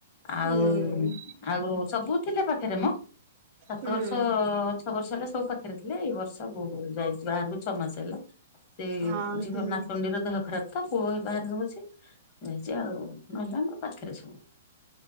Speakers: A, on the left; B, on the right.
A: ଆଉ
B: ହୁଁ।
A: ଆଉ ସବୁ ଥିଲେ ପାଖରେ ମ ସାତ
B: ହୁଁ
A: ବର୍ଷ ଛ ବର୍ଷ ହେଲା ସବୁ ପାଖରେ ଥିଲା ଏଇ ବର୍ଷ ବହୁ ଯାଇଛି ବାହାରାରୁ ଛଅ ମାସ ହେଲା। ସେଝି
B: ହଁ
A: ନାତୁଣ୍ଡିର ଦେହ ଖରାପ ତ ପୁଅ ବାହାରେ ରହୁଛି ଯାଇଛି ଆଉ। ଭଲ ମୁଁ ପାଖରେ ଅଛି।